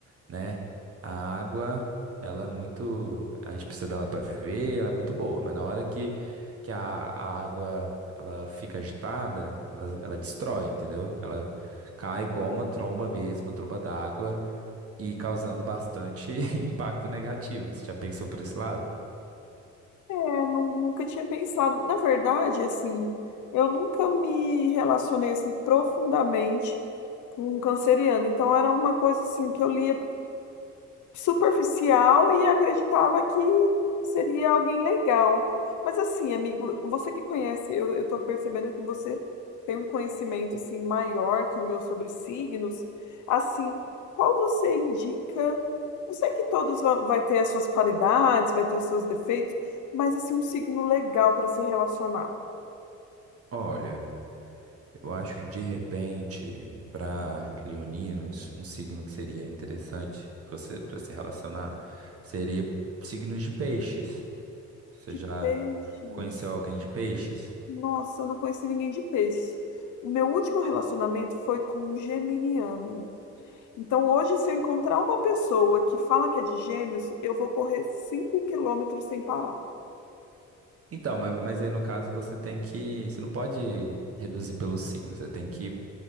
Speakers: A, on the right; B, on the left.
A: né? A água, ela é muito, a gente precisa dela para viver, ela é muito boa, mas na hora que, que a, a água ela fica agitada, ela, ela destrói, entendeu? Ela cai igual uma tromba mesmo, uma tromba d'água, e causando bastante <laughs> impacto negativo. Você já pensou por esse lado?
B: É, nu- nunca tinha pensado. Na verdade, assim, eu nunca me relacionei assim profundamente com um canceriano. Então era uma coisa assim que eu lia superficial e acreditava que seria alguém legal. Mas assim, amigo, você que conhece, eu, eu tô percebendo que você tem um conhecimento assim maior que o meu sobre signos. Assim, qual você indica? Eu sei que todos vão, vai ter as suas qualidades, vai ter os seus defeitos, mas assim, um signo legal para se relacionar.
A: Olha, eu acho que de repente, para leoninos, um signo que seria interessante para você, para se relacionar seria signos de peixes. Você
B: De
A: já
B: peixes.
A: conheceu alguém de peixes?
B: Nossa, eu não conheci ninguém de peixe. O meu último relacionamento foi com um geminiano. Então, hoje, se eu encontrar uma pessoa que fala que é de gêmeos, eu vou correr 5 quilômetros sem parar.
A: Então, mas, mas aí no caso você tem que. Você não pode reduzir pelo signo, você tem que